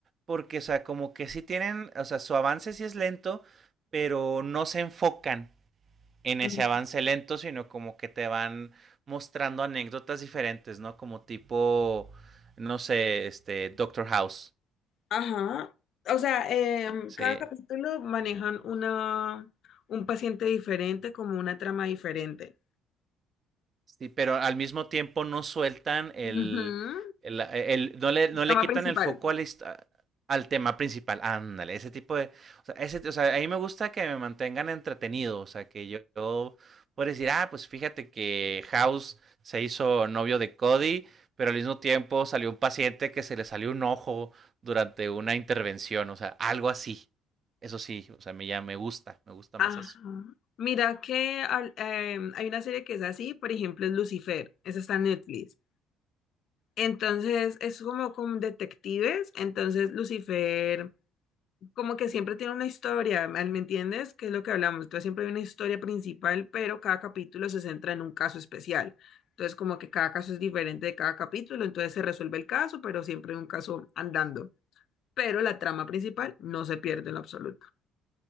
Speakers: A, on the right; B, on the left.
A: porque, o sea, como que sí tienen, o sea, su avance sí es lento, pero no se enfocan en ese
B: Mm.
A: avance lento, sino como que te van mostrando anécdotas diferentes, ¿no? Como tipo, no sé, este, Doctor House,
B: Ajá. O sea, em,
A: ¿sí?
B: cada capítulo manejan una, un paciente diferente, como una trama diferente.
A: Sí, pero al mismo tiempo no sueltan el,
B: Ujú.
A: el- eh, el- no le, no
B: Trama
A: le quitan
B: principal.
A: el foco a la hist- a- al tema principal. Ándale, ese tipo de, o sea, ese, o sea, a mí me gusta que me mantengan entretenido, o sea, que yo, yo pueda decir, ah, pues fíjate que House se hizo novio de Cody, pero al mismo tiempo salió un paciente que se le salió un ojo durante una intervención, o sea, algo así. Eso sí, o sea, me ya me gusta, me gusta
B: Ajá.
A: más eso.
B: Mira que al- em, hay una serie que es así, por ejemplo, es Lucifer, esa está en Netflix. Entonces es como con detectives, entonces Lucifer como que siempre tiene una historia, ¿me me entiendes? Que es lo que hablamos. Entonces siempre hay una historia principal, pero cada capítulo se centra en un caso especial. Entonces como que cada caso es diferente de cada capítulo, entonces se resuelve el caso, pero siempre hay un caso andando. Pero la trama principal no se pierde en lo absoluto.